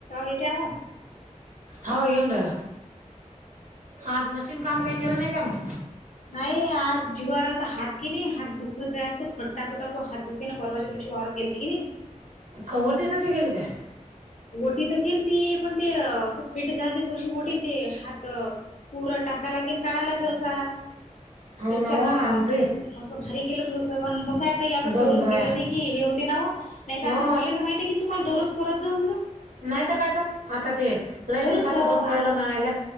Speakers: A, on the left (about 65°); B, on the right (about 85°).
A: येते आवाज.
B: हो येऊन राहिला आज मशीन काम काही केलं नाही का मग
A: नाही आज जीवारला तर हात की नाही हात दुखत जाय असतो खट्टाकू टाकू हात दुखेने परवा शहरात गेलती की नाही.
B: खवटी न त गेली काय.
A: वोटी तर केली त पण ते असं फिट झाल ते थोडीशी वोटिंग ते हात पुूर टाकाला केन काढायला केवा.
B: हो
A: त्याच्यान
B: ना हो आमचे
A: ते असं भारी गेलं थोडस पण कसं आहे आता
B: दोन
A: दररोज
B: बाया
A: गेलं नाही की हे होते ना हो नाही तर
B: हो
A: आता पहिलं तर महित आहे की तुम्हाला दररोज करत जाऊ म्हण.
B: नाहीत काय तर आता ते लई
A: दररोज
B: दिवसाच
A: जाऊ
B: बंद पडले
A: आता
B: नाहील्या.